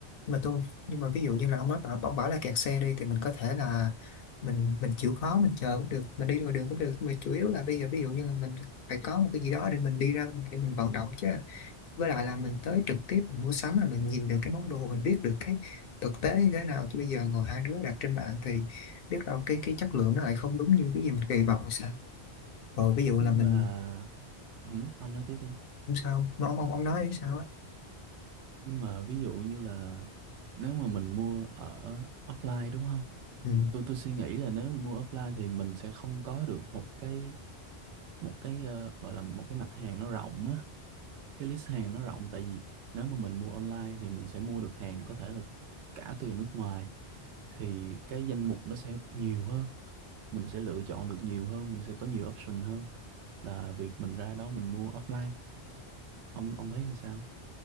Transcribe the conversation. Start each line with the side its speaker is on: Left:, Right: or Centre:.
Left: mà tôi nhưng mà ví dụ như là ông nói bảo ông bảo là kẹt xe đi thì mình có thể là mình mình chịu khó mình chờ cũng được mình đi ngoài đường cũng được mà chủ yếu là bây giờ ví dụ như là mình phải có một cái gì đó để mình đi ra ngoài để mình vận động chứ với lại là mình tới trực tiếp mình mua sắm là mình nhìn được cái món đồ mình biết được cái thực tế như thế nào chứ bây giờ ngồi hai đứa đặt trên mạng thì biết đâu cái cái chất lượng nó lại không đúng như cái gì mình kỳ vọng hay sao rồi ví dụ
Right: nhưng
Left: là mình
Right: mà ừ, ông nói tiếp đi
Left: không sao nó ông ông ông nói hay sao á
Right: nhưng mà ví dụ như là nếu mà mình mua ở offline đúng không
Left: ừ.
Right: tôi tôi suy nghĩ là nếu mà mua offline thì mình sẽ không có được một cái một cái ờ, gọi là một cái mặt hàng nó rộng á cái list hàng nó rộng tại vì nếu mà mình mua online thì mình sẽ mua được hàng có thể là cả từ nước ngoài thì cái danh mục nó sẽ nhiều hơn mình sẽ lựa chọn được nhiều hơn mình sẽ có nhiều option hơn là việc mình ra đó mình mua offline ông ông thấy như sao